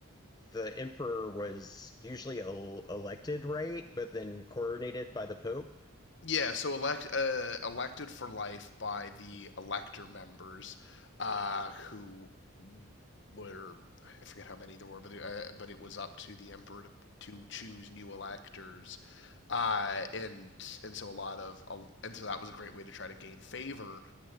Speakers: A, on the left; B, on the left.
A: the Emperor was usually el elected, right? But then coronated by the Pope.
B: Yeah, so elect uh, elected for life by the elector members, uh, who were I forget how many there were, but uh, but it was up to the emperor to, to choose new electors, uh, and and so a lot of and so that was a great way to try to gain favor